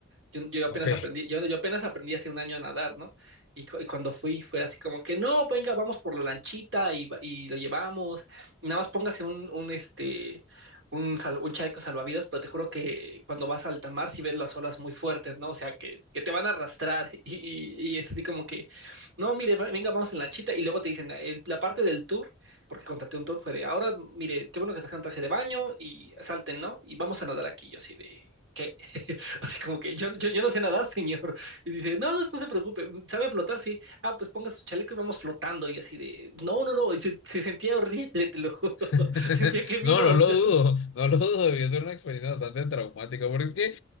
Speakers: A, on the right; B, on the left.
A: yo, yo apenas
B: Ok.
A: aprendí, yo, yo apenas aprendí hace un año a nadar, ¿no? Y, cu- y cuando fui fue así como que, no, venga, vamos por la lanchita y, va- y lo llevamos, y nada más póngase un, un, este, un, sal- un chaleco salvavidas, pero te juro que cuando vas a alta mar sí ves las olas muy fuertes, ¿no? O sea, que, que te van a arrastrar <laughs> y, y, y es así como que, no, mire, va- venga, vamos en la lanchita y luego te dicen, "El- la parte del tour, porque contraté un tour, fue de, ahora, mire, qué bueno que trajeron traje de baño y salten, ¿no? Y vamos a nadar aquí, yo así de... ¿Qué? <laughs> <laughs> Así como que yo, yo, yo no sé nadar, <laughs> señor. Y dice, no, no, no se preocupe, sabe flotar, sí. Ah, pues ponga su chaleco y vamos flotando. Y así de, no, no, no. Y se, se sentía horrible, te lo juro.
B: <laughs>
A: <laughs> Sentía que me
B: No,
A: iba
B: no
A: a ahogar.
B: lo dudo, no lo dudo, debió ser una experiencia bastante traumática, porque es que